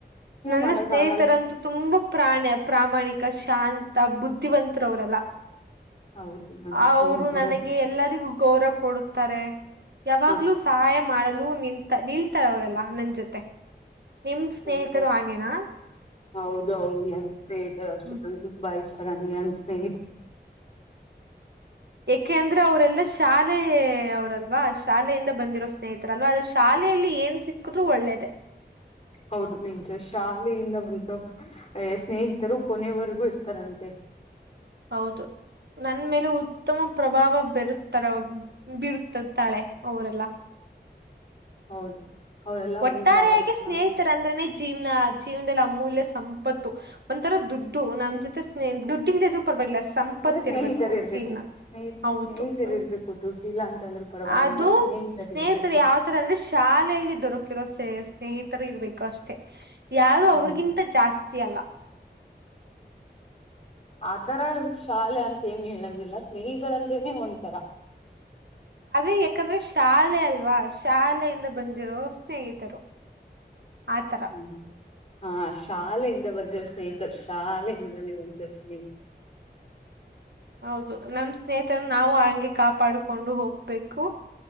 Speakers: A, on the right; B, on the left.
A: ನನ್ನ
B: ಮಾಡಕ್
A: ಸ್ನೇಹಿತರಂತೂ
B: ಆಗಲ್ಲ
A: ತುಂಬಾ ಪ್ರಾಣ ಪ್ರಾಮಾಣಿಕ ಶಾಂತ ಬುದ್ಧಿವಂತರವರೆಲ್ಲ
B: ಹೌದು ನನ್
A: ಅವರು
B: ಸ್ನೇಹಿತರ
A: ನನಗೆ ಎಲ್ಲರಿಗೂ ಗೌರವ ಕೊಡುತ್ತಾರೆ ಯಾವಾಗ್ಲೂ
B: ಹಾ
A: ಸಹಾಯ ಮಾಡಲು ನಿತ ನಿಲ್ತಾರ ಅವರೆಲ್ಲಾ ನನ್ ಜೊತೆ ನಿಮ್ ಸ್ನೇಹಿತರು
B: ನ ಬ
A: ಹಾಗೇನಾ
B: ಹೌದು ಹೌದುನ್ ಸ್ನೇಹಿತರ ಅಷ್ಟೊ
A: ಹ್ಮ್
B: ಬಾಯತ ಸ್ನೇ
A: ಯಏಕೆ ಅಂದ್ರೆ ಅವರೆಲ್ಲಾ ಶಾಲೆ ಅವರಲ್ವಾ ಶಾಲೆಯಿಂದ ಬಂದಿರೋ ಸ್ನೇಹಿತರಲ್ವಾ ಅದು ಶಾಲೆಯಲ್ಲಿ ಏನ್ ಸಿಕ್ಕಿದ್ರು ಒಳ್ಳೇದ
B: ಹೌದು ನಿಂಚೆ ಶಾಲೆಯಿಂದ ಬಂದು ಸ್ನೇಹಿತರು ಕೊನೆಯವರೆಗೂ ಇರ್ತಾರಂತೆ <inaudible>
A: ಹೌದು ನನ್ ಮೇಲೆ ಉತ್ತಮ ಪ್ರಭಾವ ಬರುತ್ತಾರ ಬಿರುತದೆ ತಾಳೆ ಅವರೆಲ್ಲ
B: ಹೌದು ಅವರೆಲ್ಲ
A: ಒಟ್ಟಾರೆಯಾಗಿ
B: ಒಂತರ ಚೆನ್ನಾಗಿ
A: ಸ್ನೇಹಿತರಂದ್ರನೇ ಜೀವನ ಜೀವನದಲ್ಲಿ ಅಮೂಲ್ಯ ಸಂಪತ್ತು ಒಂಥರ ದುಡ್ಡು ನಮ್ಮ್ ಜೊತೆ ಸ್ನೇಹ ದುಡ್ಡಿಲ್ದು ಪರವಾಗಿಲ್ಲ ಸಂಪತ್ತ
B: ಇಲ್ಲ ಸ್ನೇಹಿತರು
A: ಇರ್ಬೇಕು ಜೀರ್ಣ
B: ಸ್ನೇಹ
A: ಹೌದು
B: ಸ್ನೇಹಿತರು
A: ಹ್ಮ್
B: ಇರ್ಬೇಕು ದುಡ್ಡಿಲ್ಲ ಅಂತಂದ್ರೂ ಪರವಾಗಿಲ್ಲ
A: ಅದು ಸ್ನೇಹಿತರು
B: ಇರ್ಬೇಕು
A: ಯಾವ ತರ ಅಂದ್ರೆ ಶಾಲೆಯಲ್ಲಿ ದೊರಕಿರ ಸ್ನೇಹಿತರು ಇರ್ಬೇಕು ಅಷ್ಟೆ ಯಾರು
B: ಹೌದು
A: ಅವ್ರಗಿಂತ ಜಾಸ್ತಿ ಅಲ್ಲ
B: ಅದರ ಶಾಲೆ ಅಂತ ಏನ್ ಹೇಳಂಗಿಲ್ಲ ಸ್ನೇಹಿತರ ಅಂದೇನೆ ಒಥರ <inaudible>
A: ಅದೇ ಯಾಕಂದ್ರೆ ಶಾಲೆ ಅಲ್ವಾ ಶಾಲೆಯಿಂದ ಬಂದಿರೋ ಸ್ನೇಹಿತರು ಆತರ
B: ಹ್ಮ್ ಹಾ ಶಾಲೆಯಿಂದ ಬಂದರು ಸ್ನೇಹಿತರು ಶಾಲೆಯಿಂದಾನೇ ಬರ್ತರು ಸ್ನೇಹಿತ
A: ಹೌದು ನಮ ಸ್ನೇಹಿತರು ನಾವು ಆ ಹಂಗೆ ಕಾಪಾಡ್ಕೊಂಡು ಹೋಗ್ಬೇಕು